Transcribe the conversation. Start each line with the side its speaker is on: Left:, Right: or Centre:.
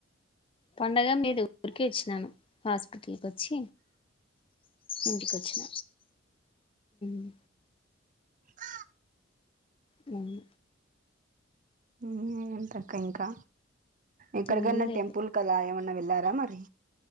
Left: పండగ ఏం లేదు ఊరికే ఇచ్చినాను పాస్ ఇట్లికి వచ్చి ఇంటికి వచ్చిన మ్
Right: ఆ
Left: మమ్మి
Right: ఉమ్ ఎంటక్క ఇంకా ఎక్కడికన్న
Left: ఏం లేదు
Right: టెంపుల్ కల ఏమన్న వెళ్ళార మరి